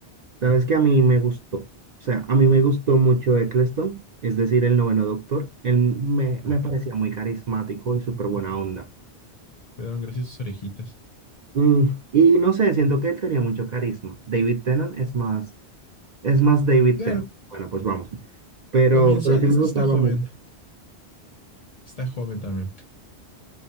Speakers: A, on the right; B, on the left.
A: ¿Sabes qué? A mí me gustó. O sea, a mí me gustó mucho Eccleston, es decir, el noveno doctor. Él me,
B: Ajá.
A: me parecía muy carismático y súper buena onda.
B: Me daban gracias sus orejitas.
A: Mm, y no sé, siento que él tenía mucho carisma. David Tennant es más, es más David
B: Claro,
A: Tennant. Bueno, pues vamos. Pero,
B: comienza,
A: pero sí
B: es
A: me
B: que
A: gustaba
B: está joven.
A: mucho.
B: Está joven también.